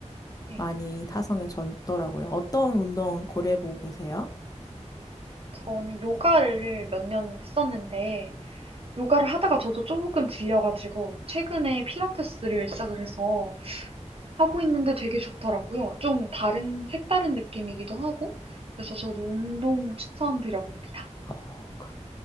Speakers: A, on the right; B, on the left.
A: 네.
B: 많이 타성해졌더라고요. 어떤 운동 고려해보고
A: 음.
B: 계세요?
A: 저는 요가를 몇 년 했었는데, 요가를 하다가 저도 조금 질려가지고, 최근에 필라테스를 시작을 해서 하고 있는데 되게 좋더라고요. 좀 다른, 색다른 느낌이기도 하고, 그래서 저도 운동 추천드려봅니다.
B: 어, 그-